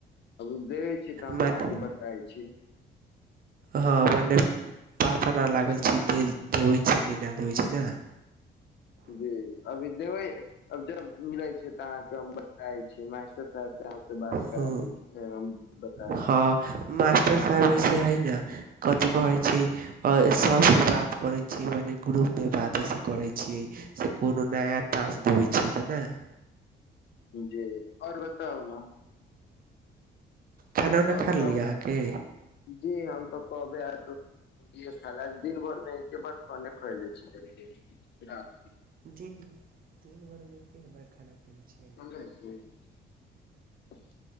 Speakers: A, on the left; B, on the right.
A: अभी देय छी तऽ हम
B: मने
A: अहाँके बताय छी
B: हँ मने पात नहि लागल छीेल देबैत छी कि नहि देबैत छी नहि
A: जी अभी देबै अब जब मिलै छै तऽ अहाँके हम बताबै छी कहब तऽ अहाँ से बात
B: हँ
A: करा दै छी हम बता
B: हँ
A: दी
B: मास्टर साहब इसे हइ न कथी कहै छै आओर सभसँ बात करैत छियै मने ग्रुपमे बात अइसँ करैत छियै से कोनो नया टास देबै छै तऽ नहि
A: जी आओर बताउ ने
B: खाना उना
A: आओर
B: खा
A: सब
B: लेली अहाँके
A: जे हम तऽ कहबे अहुँके <unintelligible> दिन भरमे एके बार खाने खैले छी रात के
B: जी दिन बारमे एक बार खाना खयने छियै
A: समझै छी <inaudible>